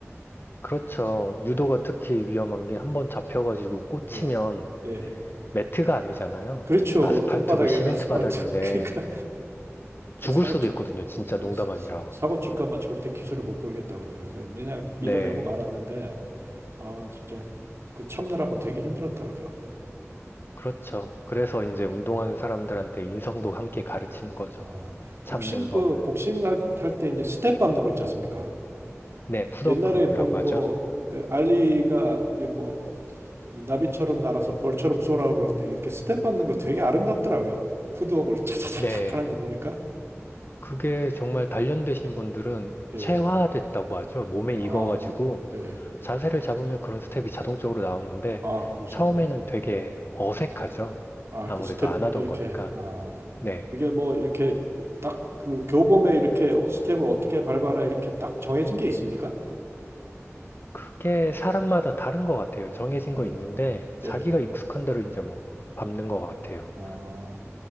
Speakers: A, on the left; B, on the right.
A: 그렇죠. 유도가
B: 예,
A: 특히 위험한 게 한 번 잡혀가지고 꽂히면
B: 예, 예.
A: 매트가 아니잖아요.
B: 그렇죠.
A: 아스팔트고
B: 땅바닥에
A: 시멘트
B: 아스팔트
A: 바닥인데
B: <laughs> 그러니까
A: 죽을
B: 그 사고
A: 수도
B: 칠
A: 있거든요. 진짜
B: 어,
A: 농담 아니라.
B: 사- 사고 칠까봐 절대 기술을 못 걸겠다 그러더라고요. 그래서 그냥
A: 네.
B: 밀어내고 말았는데 아 진짜 그 참느라고 되게 힘들었다 그러더라고.
A: 그렇죠. 그래서
B: 예.
A: 이제 운동하는 사람들한테 인성도 함께 가르치는 거죠.
B: 어,
A: 참는
B: 복싱 그
A: 법을.
B: 복싱 할 때 이제 스텝 밟는 거 있지 않습니까?
A: 네, 푸더크라고
B: 옛날에 본뭐
A: 하죠.
B: 알리가 이제 뭐이 나비처럼 날아서 벌처럼 쏘라 그러는데 이렇게 스텝 밟는 거 되게 아름답더라고요. 푸드웍을 차차차차
A: 네.
B: 하는 거 보니까
A: 그게 정말 단련되신 분들은
B: 예.
A: 체화됐다고 하죠. 몸에 익어가지고
B: 아, 네.
A: 자세를 잡으면 그런 스텝이 자동적으로 나오는데
B: 아, 그러신구나.
A: 처음에는 되게 어색하죠.
B: 아,
A: 아무래도
B: 그 스텝
A: 안 하던
B: 이렇게
A: 거니까.
B: 아
A: 네.
B: 그게 뭐 이렇게 딱 그 교범에 이렇게 어, 스텝을 어떻게 밟아라 이렇게 딱 정해진 게 있습니까?
A: 그게 사람마다 다른 것 같아요. 정해진
B: 아,
A: 거 있는데 자기가
B: 예.
A: 익숙한 대로 이제 뭐 밟는 것 같아요.
B: 아,